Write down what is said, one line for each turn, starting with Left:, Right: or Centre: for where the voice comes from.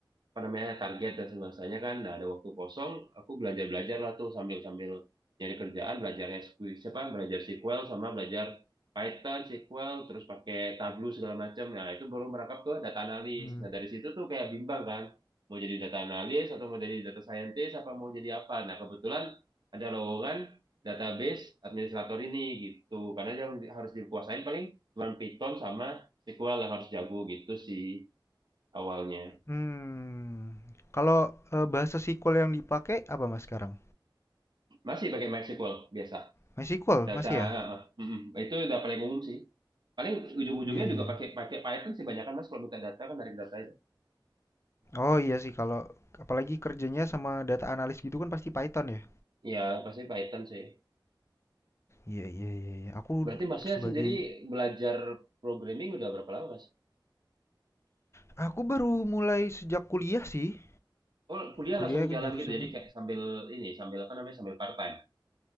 Right: apa namanya target dan sebangsanya kan nah ada waktu kosong aku belajar belajar lah tuh sambil sambil nyari kerjaan belajar SQL siapa belajar SQL sama belajar Python SQL terus pakai Tableau segala macam nah itu baru merangkap ke data analis
Left: Hmm.
Right: nah dari situ tuh kayak bimbang kan mau jadi data analis atau mau jadi data scientist apa mau jadi apa nah kebetulan ada lowongan database administrator ini gitu karena yang di- harus dikuasain paling cuma Python sama SQL yang harus jago gitu sih awalnya
Left: Hmm. Kalau eh, bahasa SQL yang dipakai apa Mas sekarang?
Right: Masih pakai MySQL biasa.
Left: MySQL
Right: Data
Left: masih ya?
Right: eh, eh, mm, mm. itu udah paling umum sih. Paling ujung-ujungnya
Left: Iya, iya.
Right: juga pakai pakai Python sih banyak kan Mas kalau minta data kan narik data itu.
Left: Oh, iya sih kalau apalagi kerjanya sama data analis gitu kan pasti Python ya.
Right: Ya, pasti Python sih.
Left: Iya, iya, iya. iya. Aku
Right: Berarti Masnya
Left: sebagai
Right: sendiri belajar programming udah berapa lama, Mas?
Left: aku baru mulai sejak kuliah sih.
Right: Oh, kuliah
Left: Kuliah
Right: langsung
Left: ke
Right: jalan
Left: jurusannya.
Right: gitu. Jadi kayak sambil ini, sambil apa namanya? Sambil part time.